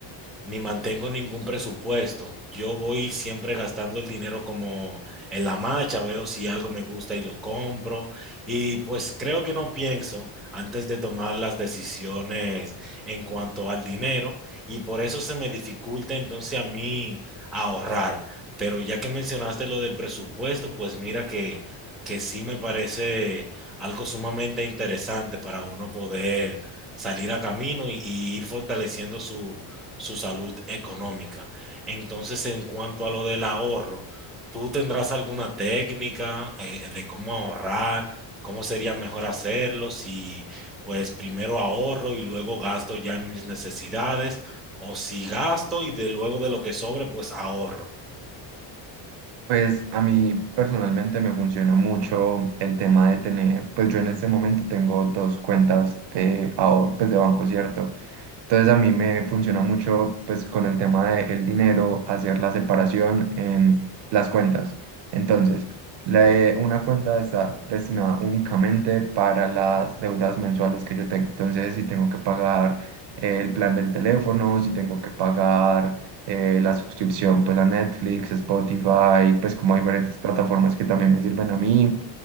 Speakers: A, in the centre; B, on the right.
A: ni mantengo ningún presupuesto. Yo voy siempre gastando el dinero como en la marcha, veo si algo me gusta y lo compro. Y pues creo que no pienso antes de tomar las decisiones en cuanto al dinero y por eso se me dificulta entonces a mí ahorrar. Pero ya que mencionaste lo del presupuesto, pues mira que, que sí me parece algo sumamente interesante para uno poder salir a camino y, y ir fortaleciendo su su salud económica. Entonces, en cuanto a lo del ahorro, ¿tú tendrás alguna técnica eh, eh, de cómo ahorrar? ¿Cómo sería mejor hacerlo? Si pues primero ahorro y luego gasto ya en mis necesidades, o si gasto y de luego de lo que sobre, pues ahorro.
B: Pues a mí personalmente me funciona mucho el tema de tener, pues yo en este momento tengo dos cuentas de ahorro, pues de banco, ¿cierto? Entonces a mí me funciona mucho pues con el tema del dinero, hacer la separación en las cuentas. Entonces, la- una cuenta está destinada únicamente para las deudas mensuales que yo tengo. Entonces, si tengo que pagar eh, el plan del teléfono, si tengo que pagar eh, la suscripción pues a Netflix, Spotify, pues como a diferentes plataformas que también me sirven a mí